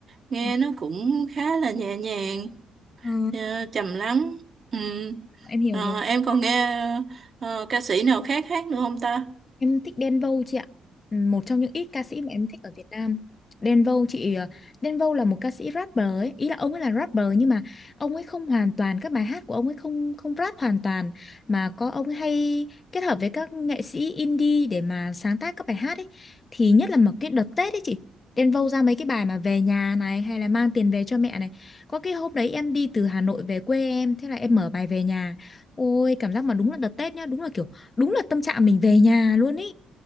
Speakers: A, on the right; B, on the left.
A: Nghe
B: à,
A: nó cũng khá là nhẹ nhàng,
B: à,
A: ờ, trầm lắng. Ừ.
B: em hiểu
A: Ờ,
B: rồi
A: em còn nghe ờ, ca sĩ nào khác hát nữa không ta?
B: Em thích Đen Vâu chị ạ. Ừ, Một trong những ít ca sĩ mà em thích ở Việt Nam. Đen Vâu chị ờ, Đen Vâu là một ca sĩ rapper ấy, ý là ông ấy là rapper nhưng mà ông ấy không hoàn toàn các bài hát của ông ấy không không rap hoàn toàn mà có ông ấy hay kết hợp với các nghệ sĩ indie để mà sáng tác các bài hát ấy. Thì nhất là một cái đợt Tết ấy chị. Đen Vâu ra mấy cái bài mà về nhà này hay là mang tiền về cho mẹ này. Có cái hôm đấy em đi từ Hà Nội về quê em, thế là em mở bài về nhà. Ôi cảm giác mà đúng là đợt Tết nhá, đúng là kiểu đúng là tâm trạng mình về nhà luôn ý